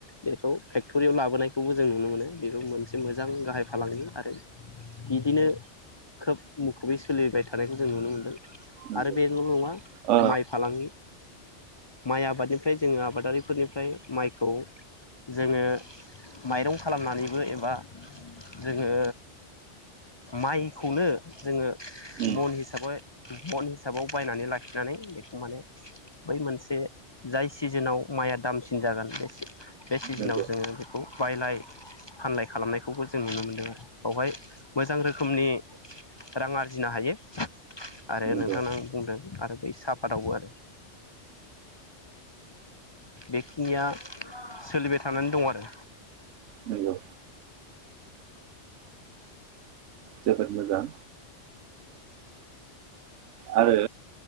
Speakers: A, on the left (about 30°); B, on the right (about 85°).
A: बेखौ फेक्टरियाव लाबोनायखौबो जों नुनो मोनो। बेबो मोनसे मोजां गाहाय फालांगि आरो बिदिनो खोब मुखुबै सोलिबाय थानायखौ। जों नुनो मोन्दों।
B: नंगौ
A: आरो बेल' नङा,
B: ओ
A: माइ फालांगि माइ आबादनिफ्राय जोङो आबादारिफोरनिफ्राय माइखौ जोङो माइरं खालामनानैबो एबा जोङो माइखौनो जोङो। मन
B: उम
A: हिसा मन हिसाबाव बायनानै लाखिनानै बेखौ माने बै मोनसे जाय सिजोनाव माइआ दामसिन जागोन बे बे सिजोनाव
B: नंगौ
A: जोङो बेखौ बायलाय। फानलाय खालामनायखौबो जों नुनो मोनदों। आरो बावहाय मोजां रोखोमनि रां आरजि जिनो हायो। आरो
B: नंगौ
A: नोंथांनाव बुंदों। आरो बै साब फाथावबो आरो। बेखिनिया सोलिबाय थानानै दं। आरो
B: नंगौ जोबोद मोजां आरो